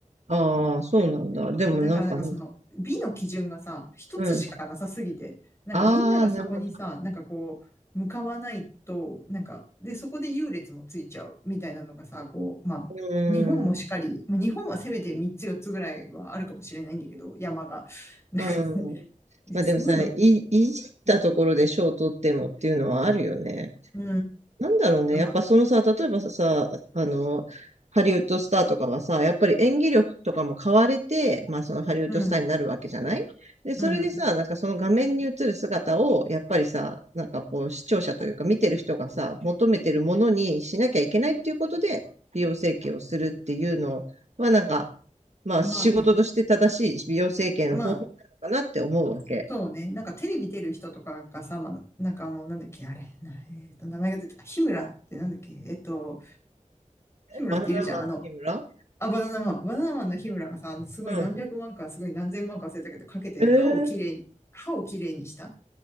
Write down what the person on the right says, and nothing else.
ああ、そうなんだ。でもなんかね、
うん。
ああ、なるほど。
うん。
うん。
まあでもさ、い、いじったところで賞を取ってもっていうのはあるよね。
なんだろうね。やっぱそのさ、
例えばさ、さあの、ハリウッドスターとかはさ、やっぱり演技力とかも買われて、まあそのハリウッドスターになるわけじゃないで、
それでさ、
なんかその画面に映る姿を、やっぱりさ、なんかこう視聴者というか見てる人がさ、求めてるものにしなきゃいけないっていうことで、美容整形をするっていうのは、なんか、まあ仕事として正しい美容整形の方法なのかなって思うわけ。
えバナナマンの日村
うん。
へえ、